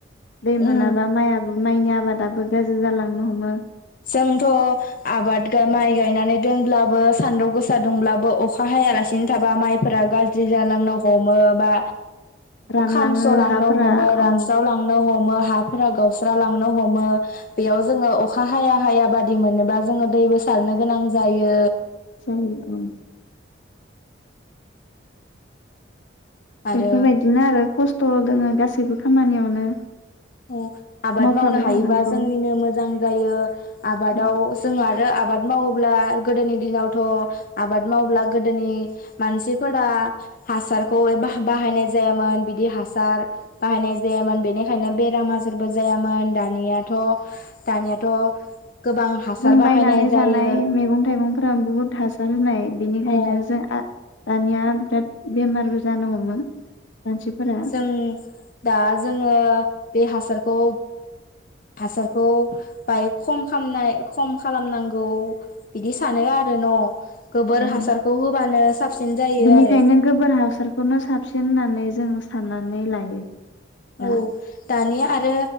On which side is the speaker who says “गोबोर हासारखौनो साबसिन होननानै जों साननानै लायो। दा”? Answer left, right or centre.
Left